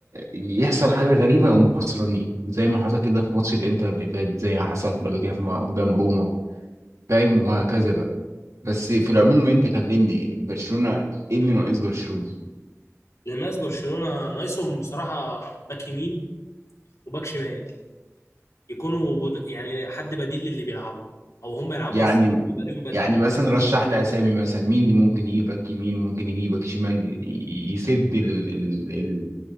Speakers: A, on the right (about 70°); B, on the left (about 70°).
A: يحصل حاجه غريبه يقوموا خسرانين زي ما حصل كده في ماتش الانتر اللي فات زي ما حصل قبل كده في- قدام روما فاهم وهكذا بقى بس في العموم انت كلمني برشلونه ايه اللي ناقص برشلونه
B: لأن ناس برشلونة ناقصهم بصراحة باك يمين وباك شمال يكونوا بد... يعني حد بديل للي بيلعبوا او هم يلعبوا
A: يعني
B: اصلا يبقى ليهم بدأ
A: يعني مثلا رشح لي اسامي مثلا مين اللي ممكن يجيبك يمين وممكن يجيبك شمال ي- ي- يسد ال ال ال